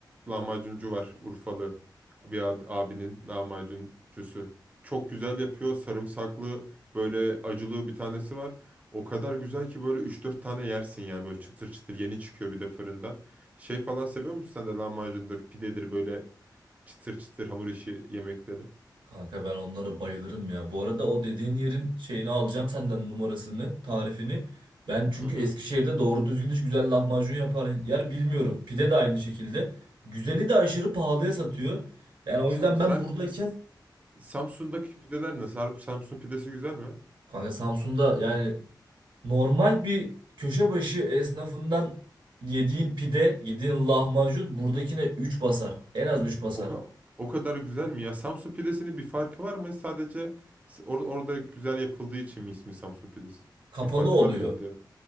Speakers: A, on the right (about 20°); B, on the right (about 85°).
A: lahmacuncu var Urfalı bir ad- abinin lahmacuncusu. Çok güzel yapıyor sarımsaklı böyle acılı bir tanesi var. O kadar güzel ki böyle üç dört tane yersin yani böyle çıtır çıtır yeni çıkıyor bir de fırından. Şey falan seviyor musun sen de lahmacundur pidedir böyle çıtır çıtır hamur işi yemekleri?
B: Kanka ben onlara bayılırım ya. Bu arada o dediğin yerin şeyini alacağım senden numarasını, tarifini. Ben çünkü
A: Hı hı.
B: Eskişehir'de doğru düzgün hiç güzel lahmacun yapar yer bilmiyorum. Pide de aynı şekilde. Güzeli de aşırı pahalıya satıyor. Yani o
A: Sa-
B: yüzden
A: Sen,
B: ben buradayken
A: S- Samsun'daki pideler nasıl? Harbi Samsun pidesi güzel mi?
B: kanka Samsun'da yani Normal bir köşe başı esnafından yediğin pide, yediğin lahmacun buradakine 3 basar. En az 3 basar.
A: O, ka- o kadar güzel mi ya? Samsun pidesinin bir farkı var mı? Sadece s- or- orada güzel yapıldığı için mi ismi Samsun pidesi?
B: Kapalı
A: Bir farkı
B: oluyor.
A: var mı yani diğer?